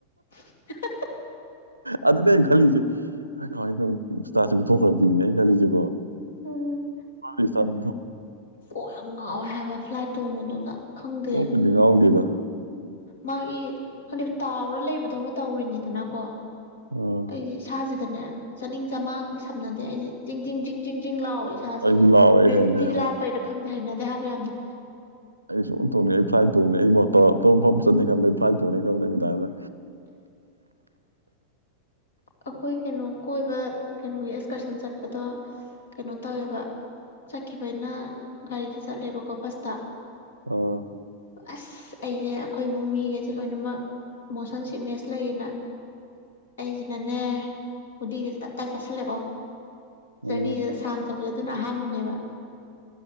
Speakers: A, on the left; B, on the right.
A: ꯍ
B: ꯑ ꯑꯗꯨ ꯈꯜꯂꯤꯁ ꯀꯃꯥꯏꯇꯥꯦ ꯃꯨꯊꯣꯛꯈ꯭ꯔꯗꯤꯅꯦ ꯑꯩꯅ ꯈꯜꯂꯤꯁꯦꯀꯣ
A: ꯎ
B: ꯊꯦ ꯆꯔ ꯊ
A: ꯑꯣ ꯌꯥꯝ ꯉꯥꯎꯋꯦ ꯍꯥꯏꯕ ꯐ꯭ꯂꯥꯏꯠ ꯇꯣꯡꯕꯗꯨꯗ ꯈꯪꯗꯦ
B: ꯑꯣ ꯀꯅꯤ ꯉꯎꯒꯤꯗ
A: ꯃꯥꯒꯤ ꯀ ꯇꯥꯎꯔ ꯂꯩꯕꯗꯧꯅ ꯇꯧꯔꯤꯅꯤꯗꯅꯀꯣ
B: ꯑꯥ
A: ꯑꯩꯁꯦ ꯏꯁꯥꯁꯤꯗꯅꯦ ꯆꯥꯅꯤꯡ ꯆꯃꯥꯡ ꯑꯃ ꯁꯝꯅꯗꯦ ꯑꯩꯁꯦ ꯆꯤꯡ ꯤꯡ ꯤꯡ ꯤꯡ ꯤꯡ ꯂꯥꯎ ꯏꯁꯥꯁꯦ
B: ꯑꯩꯁꯨ ꯂꯥꯎꯋꯦ
A: ꯒ꯭ꯔꯦꯕꯤꯇꯤꯗꯤ
B: ꯑꯩ ꯍꯌꯦꯡꯗꯩ ꯑꯃꯨꯛ
A: ꯂꯥꯞꯄꯩꯔ ꯈꯪꯗꯦ ꯍꯩꯅꯗꯦ ꯍꯥꯏꯕ ꯌꯥꯝꯅ
B: ꯑꯩꯁꯨ ꯇꯣꯡꯅꯤꯡ ꯑꯩ ꯐ꯭ꯂꯥꯏꯠ ꯊꯣꯡꯅꯤꯡꯅꯤ ꯑꯩ ꯃꯐꯝ ꯆꯠꯅꯤ ꯈꯪꯗ ꯑꯩ ꯐ꯭ꯂꯥꯏꯠ ꯊꯣꯡꯅꯤ ꯈꯪꯕꯗ ꯑꯩ ꯃꯗꯥꯁꯦ
A: <inaudible> <unintelligible> ꯑꯩꯈꯣꯏ ꯀꯩꯅꯣ ꯀꯣꯏꯕ ꯀꯩꯅꯣꯒꯤ ꯑꯦꯛꯁꯀꯔꯁꯟ ꯆꯠꯄꯗꯣ ꯀꯩꯅꯣ ꯇꯧꯋꯦꯕ ꯆꯠꯈꯤꯕꯅꯤꯅ ꯒꯥꯔꯤꯗ ꯆꯠꯂꯦꯕꯀꯣ ꯕꯁꯇ
B: ꯑꯣ
A: ꯑꯁ ꯑꯩꯁꯦ ꯑꯩꯈꯣꯏ ꯏꯃꯨꯡ ꯃꯤꯒꯩꯁꯦ ꯂꯣꯏꯅꯃꯛ ꯃꯣꯁꯟ ꯁꯤꯛꯅꯦꯁ ꯂꯩꯌꯦꯅ ꯑꯩꯁꯤ ꯅꯅꯦ ꯍꯗꯤꯒ ꯇ ꯀꯥꯏ ꯆꯥꯁꯤꯜꯂꯦꯀꯣ ꯖꯔꯅꯤꯗ
B: ꯎꯝ
A: ꯁꯥꯡꯅ ꯆꯠꯄꯁꯦ ꯑꯗꯨꯅ ꯑꯍꯥꯟꯕꯅꯦꯕ